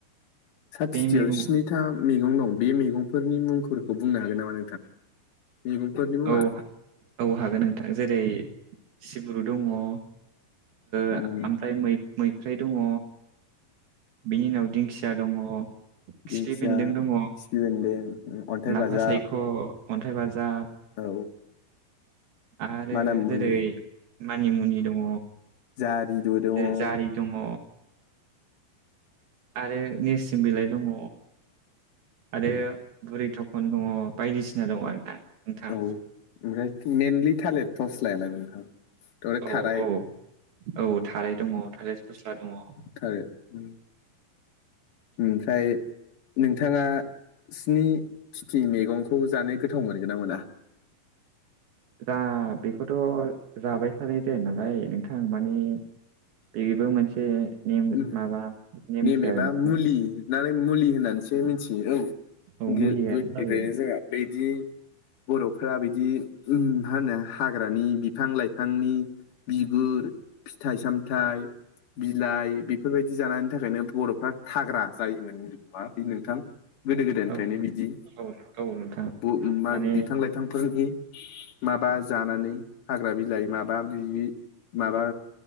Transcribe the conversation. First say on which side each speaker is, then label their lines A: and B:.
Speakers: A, on the left; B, on the right.
A: साथ
B: बे
A: थिथियाव
B: मैगं
A: स्नि था मैगं दं बे मैगंफोरनि मुंफोरखौ बुंनो हागोन नामा नोंथां मैगंफोरनि मुङा
B: औ औ हागोन नोंथां जेरै सिब्रु दङ ओ ओमफ्राय
A: उम
B: मै मैफ्राय दङ बिनि उनाव दिंखिया दङ। खिफि
A: दिंखिया
B: बेन्दों दङ
A: खिफि बेन्दों अन्थाइ
B: लाफा
A: बाजाब
B: सायख अन्थाइ बाजाब
A: औ
B: आरो
A: मानामुनि
B: जेरै मानिमुनि दङ
A: जारिबो दङ
B: जेरै
A: औ
B: जारि दङ। आरो नेरसिं बिलाइ दङ। आरो बुरि थखन दङ बायदिसिना दङ आरोना। नोंथां
A: औ ओमफ्राय मइेनलि थालेर फस्लायालाय नोंथां? ओमफ्राय
B: औ
A: थाराय
B: औ औ थाराइ दङ थालेर फस्ला दङ।
A: थारै उम ओमफ्राय नोंथाङा स्नि थिथि मेगंखौ जानो गोथाव मोनगोना मोना?
B: दा बेखौथ‌' जाबाय थानाय जाया नालाय नोंथां माने बेबो मोनसे नेम
A: उम
B: माबा नेमसो
A: नेम एबा
B: आरोना
A: मुलि होननानै मुलि होननानैसो मिथियो औ।
B: औ
A: गो
B: मुलियानो
A: गोदायनिफ्रायनो
B: जायो
A: जोंहा बेदि बर'फोरा बिदि मा होनो हाग्रानि बिफां लाइफांनि बिगुर फिथाइ सामथाइ बिलाइ बेफोरबायदि जानायनि थाखायनो बर' फोरा थाग्रा जायोमोनो <unintelligible> बि नोंथां गोदो गोदायनिफ्रायनो
B: औ
A: बिदि
B: औ औ नोंथां
A: बु मा
B: माने
A: बिफां लाइफांफोरनि माबा जानानै हाग्रा बिलाइ माबा बिबि माबा